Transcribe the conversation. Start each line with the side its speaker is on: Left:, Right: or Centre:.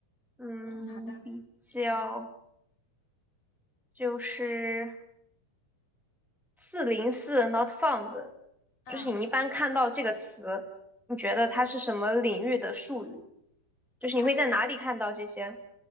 Centre: 嗯，
Left: 嗯，好的，
Centre: 比较就是四零四 not found，
Left: 嗯
Centre: 就是你一般看到这个词，你觉得它是什么领域的术语？
Left: 嗯，
Centre: 就是你会在哪里看到这些？
Left: 它应该是